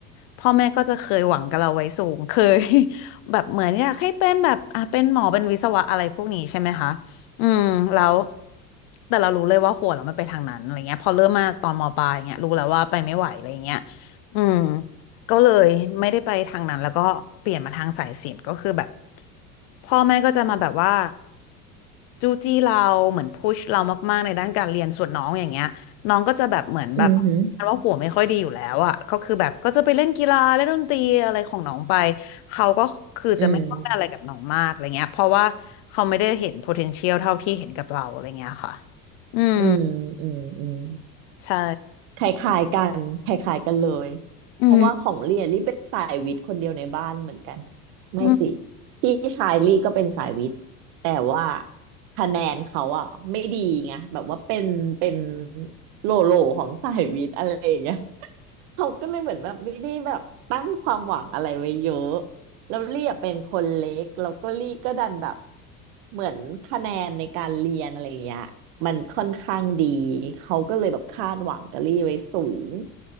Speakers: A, on the left (about 35°); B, on the right (about 50°).
A: พ่อแม่ก็จะเคยหวังกับเราไว้สูงเคย <laughs> แบบเหมือนอยากให้เป็นแบบอ่ะเป็นหมอเป็นวิศวะอะไรพวกนี้ใช่ไหมคะอืมแล้วแต่เรารู้เลยว่าหัวเราไม่ไปทางนั้นอะไรเงี้ยพอเริ่มมาตอนมปลายเงี้ยรู้แล้วว่าไปไม่ไหวอะไรเงี้ยอืม ก็เลยไม่ได้ไปทางนั้นแล้วก็เปลี่ยนมาทางสายศิลป์ก็คือแบบพ่อแม่ก็จะมาแบบว่าจู้จี้เราเหมือนพุชเรามากๆในด้านการเรียนส่วนน้องอย่างเงี้ยน้องก็จะแบบเหมือนแบบว
B: อืมหืม
A: ่าหัวไม่ค่อยดีอยู่แล้วอ่ะก็คือแบบก็จะไปเล่นกีฬาเล่นดนตรีอะไรของน้องไปเขาก็คือจะไม่ค่อยอะไรกับน้องมากอะไรเงี้ยเพราะว่าเขาไม่ได้เห็น
B: อืม
A: potential เท่าที่เห็นกับเราอะไรเงี้ยค่ะอืม
B: อืมอืมอืม
A: ใช่
B: คล้ายๆกันคล้ายๆกันเลย
A: อืม
B: เพราะว่าของลี่อะลี่เป็นสายวิทย์คนเดียวในบ้านเหมือนกันไม่สิ
A: อืม
B: พี่ชายลี่ก็เป็นสายวิทย์แต่ว่าคะแนนเขาอ่ะไม่ดีไงแบบว่าเป็นเป็นโลโลของสายวิทย์อะไรอย่างเงี้ยเขาก็เลยเหมือนแบบไม่ได้แบบตั้งความหวังอะไรไว้เยอะ แล้วลี่อะเป็นคนเล็กแล้วก็ลี่ก็ดันแบบเหมือนคะแนนในการเรียนอะไรเงี้ยมันค่อนข้างดีเขาก็เลยแบบคาดหวังกับลี่ไว้สูง